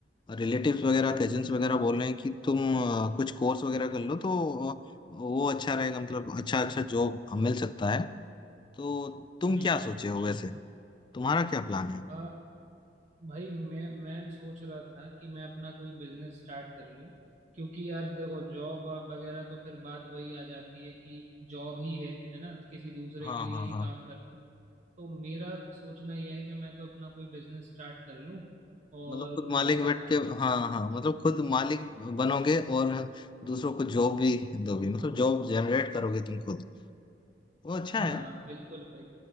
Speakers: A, on the left; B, on the right.
A: रिलेटिव्स वगैरह कजिन्स वगैरह बोल रहे हैं कि तुम अ, कुछ कोर्स वगैरह कर लो तो अ, वो अच्छा रहेगा मतलब अच्छा अच्छा जॉब मिल सकता है तो तुम
B: हम्म
A: क्या सोचे हो वैसे तुम्हारा क्या प्लान है
B: आ, भाई मैं मैं सोच रहा था कि मैं अपना कोई बिजनेस स्टार्ट कर लूं क्योंकि यार देखो जॉब वगैरह तो फिर बात वही आ जाती है कि जॉब ही है है ना किसी दूसरे
A: हाँ
B: के लिए
A: हाँ
B: ही
A: हाँ
B: काम कर तो मेरा सोचना यह है कि मैं तो अपना कोई बिजनेस स्टार्ट कर लूं और
A: मतलब खुद
B: कोई
A: मालिक
B: ऐसा
A: बैठ
B: काम
A: के हाँ हाँ मतलब खुद मालिक बनोगे और दूसरों को जॉब भी दोगे मतलब जॉब जनरेट करोगे तुम खुद वो अच्छा
B: हाँ
A: है
B: हाँ बिल्कुल भाई